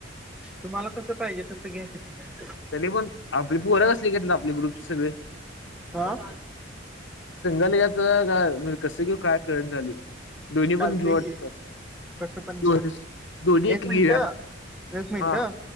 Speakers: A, in the centre; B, on the left.
A: तुम्हाला कसं पाहिजे, तसं घ्या की तुम्ही.
B: तरी पण आपली पोर कसली घेतात आपले ग्रुप सगळे. <inaudible>
A: हा
B: सिंगल घ्यायचं का, कसं घेऊ काय कळत नाही झालंय, दोन्ही
A: चालतंय
B: पण घेऊ वाटतंय.
A: की कसं पण
B: दो
A: घ्या.
B: दोनी
A: एक
B: घे.
A: मिनिट
B: <inaudible>
A: एक मिनिट
B: हा